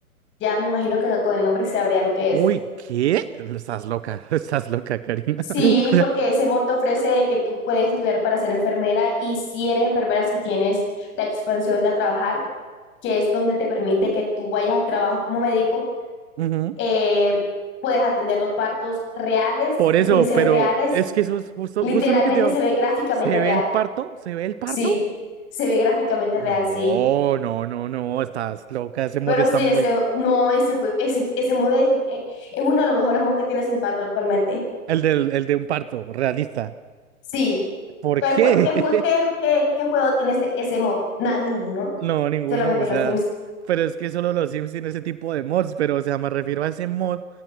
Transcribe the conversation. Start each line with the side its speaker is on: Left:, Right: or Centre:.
Left: Ya me imagino que con el nombre se sabría lo que
Right: Uy,
Left: es.
Right: ¿qué? Estás loca, <laughs> estás loca, Karina.
Left: Sí,
Right: <laughs> O
Left: porque
Right: sea,
Left: ese mod te ofrece que tú puedes estudiar para ser enfermera y si eres enfermera, si tienes la expansión de a trabajar, que es donde te permite que tú vayas al trabajo como médico,
Right: Ujú.
Left: eh, puedes atender los partos reales,
Right: Por
Left: porque
Right: eso,
Left: si se
Right: pero
Left: ven reales,
Right: es que eso es justo,
Left: literalmente
Right: justo lo que te digo.
Left: se ve gráficamente
Right: ¿Se
Left: real.
Right: ve el parto? ¿Se ve el parto?
Left: Sí, se ve gráficamente
Right: No,
Left: real, sí.
Right: no, no, no, estás loca, ese mod
Left: Pero
Right: está
Left: sí,
Right: muy...
Left: ese, no, ese juego, ese, ese mod es, eh, es uno de los mejores mods que tiene Sin cuatro actualmente.
Right: El de, el de un parto, realista.
Left: Sí.
Right: ¿Por
Left: ¿Cuál
Right: qué?
Left: jue- ¿Qué, mu- qué,
Right: <laughs>
Left: qué, qué juego tiene ese, ese mod? Nada, ninguno.
Right: No, ninguno,
Left: Solamente
Right: o sea,
Left: los Sims.
Right: pero es que solo los Sims tienen ese tipo de mods, pero, o sea, me refiero a ese mod.